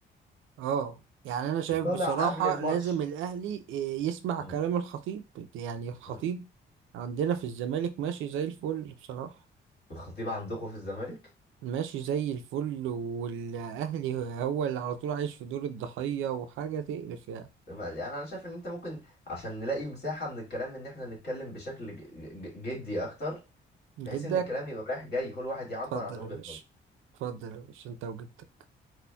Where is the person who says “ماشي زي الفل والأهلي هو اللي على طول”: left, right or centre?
Right